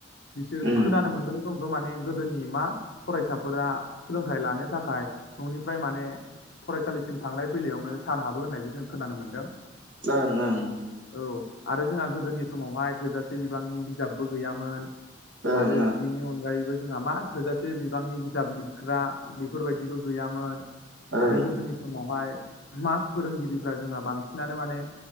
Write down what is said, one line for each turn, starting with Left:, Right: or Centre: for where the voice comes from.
Left: बिसोर
Right: ओं
Left: खोनानो मोनदों। जोंथ' माने गोदोनि मा फरायसाफोरा सोलोंथाइ लानो थाखाय न'निफ्राय माने फरायसालिसिम थांलाय फैलायावनो सान हाबो होननायबो जों खोनानो मोनदों।
Right: ओं ओं
Left: औ आरो जोंहा गोदोनि समावहाय थोजासे बिबांनि बिजाबबो गैयामोन।
Right: ओं
Left: आरो बिनि अनगायैबो जोंहा मा थोजासे बिबांनि बिजाब लिरग्रा बेफोरबायदिबो गैयामोन।
Right: ओं
Left: आरो गोदोनि समावहाय मा फोरोंगिरिफ्रा जोंहा बांसिनानो माने